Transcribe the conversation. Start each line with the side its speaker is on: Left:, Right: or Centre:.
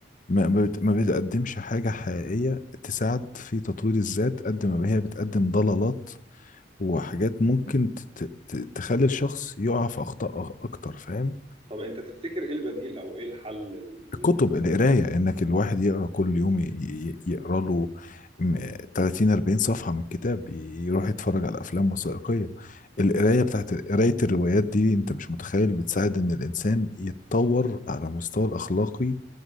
Left: ما ما بت- ما بتقدمش حاجه حقيقيه تساعد في تطوير الذات قد ما هي بتقدم ضلالات وحاجات ممكن ت- ت- ت- تخلي الشخص يقع في اخطاء أ- اكتر فاهم
Right: طب انت تفتكر ايه البديل او ايه الحل لل- للموضوع
Left: الكتب القراية
Right: ده
Left: انك الواحد يقرا كل يوم ي- ي- يقرا له م- 30 40 صفحة من كتاب ي- يروح يتفرج على افلام وثائقية القراية
Right: ايوه
Left: بتاعت
Right: فاهم
Left: قراية الروايات دي انت مش متخيل بتساعد ان الانسان يتطور على مستوى الاخلاقي